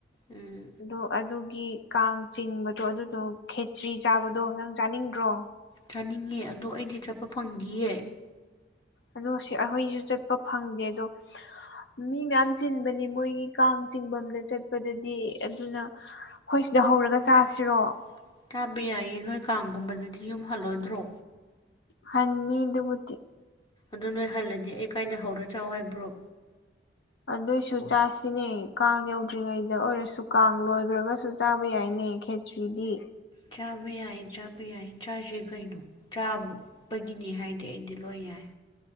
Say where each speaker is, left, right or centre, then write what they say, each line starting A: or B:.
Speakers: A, on the left; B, on the left.
A: ꯎꯝ
B: ꯑꯗꯣ ꯑꯗꯨꯒꯤ ꯀꯥꯡ ꯆꯤꯡꯕꯗꯣ ꯑꯗꯨꯗꯣ ꯈꯦꯇ꯭ꯔꯤ ꯆꯥꯕꯗꯣ ꯅꯪ ꯆꯥꯅꯤꯡꯗ꯭ꯔꯣ꯫
A: ꯆꯥꯅꯤꯡꯉꯦ ꯑꯗꯣ ꯑꯩꯗꯤ ꯆꯠꯄ ꯐꯪꯗꯤꯌꯦ꯫
B: ꯑꯗꯨ ꯁꯤ ꯑꯈꯣꯏꯁꯨ ꯆꯠꯄ ꯐꯪꯗꯦ ꯑꯗꯣ ꯃꯤ ꯃꯌꯥꯝ ꯆꯤꯟꯕꯅꯤ ꯃꯣꯏꯒꯤ ꯀꯥꯡ ꯆꯤꯡꯐꯝꯝꯗ ꯆꯠꯄꯗꯗꯤ ꯑꯗꯨꯅ ꯑꯩꯈꯣꯏ ꯁꯤꯗ ꯍꯧꯔꯒ ꯆꯥꯁꯤꯔꯣ
A: <inaudible> ꯆꯥꯕ ꯌꯥꯏꯌꯦ ꯅꯣꯏ ꯀꯥꯡꯒꯨꯝꯕꯗꯗꯤ ꯌꯨꯝ ꯍꯜꯂꯣꯏꯗ꯭ꯔꯣ꯫
B: ꯍꯟꯅꯤ ꯗꯨꯕꯨꯗꯤ꯫
A: ꯑꯗꯨ ꯅꯣꯏ ꯍꯜꯂꯗꯤ ꯑꯩ ꯀꯥꯏꯗ ꯍꯧꯔ ꯆꯥꯎ ꯍꯥꯏꯕ꯭ꯔꯣ꯫
B: ꯑꯗꯨꯏꯁꯨ ꯆꯥꯁꯤꯅꯦ ꯀꯥꯡ ꯌꯧꯗ꯭ꯔꯤꯉꯩꯗ ꯑꯣꯏꯔꯁꯨ ꯀꯥꯡ ꯂꯣꯏꯈ꯭ꯔꯒꯁꯨ ꯆꯥꯕ ꯌꯥꯏꯅꯦ ꯈꯦꯠ ꯁ꯭ꯔꯤꯗꯤ꯫
A: ꯆꯥꯕ ꯌꯥꯏꯏ ꯆꯥꯕꯤ ꯌꯥꯏꯏ ꯆꯥꯁꯦ ꯀꯩꯅꯨ ꯆꯥꯕꯨ ꯄꯒꯤꯅꯤ ꯍꯥꯏꯗꯤ ꯑꯩꯗꯤ ꯂꯣꯏ ꯌꯥꯏ꯫